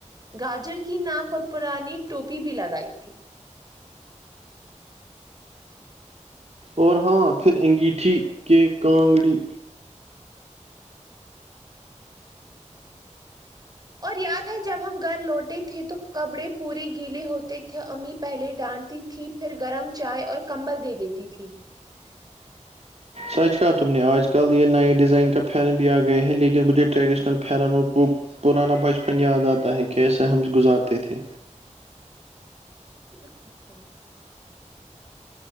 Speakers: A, on the right (about 30°); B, on the right (about 55°).
A: گاجر کی ناک اور پرانی ٹوپی بھی لگائی تھی
B: اور ہاں پھر انگیٹھی کیک کانگڑی
A: اور یاد ہے جب ہم گھر لوٹے تھے تو کپڑے پورے گیلے ہوتے تھے امی پہلے ڈانٹتی تھی پھر گرم چائے اور کمبل دے دیتی تھی
B: سچ کہا تم نے آج کل یہ نئے ڈیزائن کا پرن بھی آ گئے ہیں لیکن مجھے ٹریڈیشنل پرن اور وہ پرانا بچپن یاد آتا ہے کیسے ہم گزارتے تھے
A: بکواس کر